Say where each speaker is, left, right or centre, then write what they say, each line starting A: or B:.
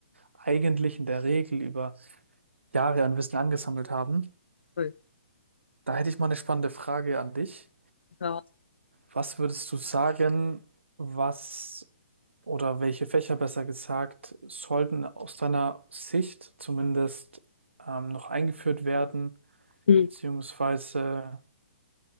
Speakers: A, on the right; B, on the left.
A: eigentlich in der Regel über Jahre an Wissen angesammelt haben.
B: Voll.
A: Da hätte ich mal eine spannende Frage an dich.
B: Ja.
A: Was würdest du sagen, was oder welche Fächer besser gesagt sollten aus deiner Sicht zumindest ähm, noch eingeführt werden?
B: Hm.
A: Beziehungsweise,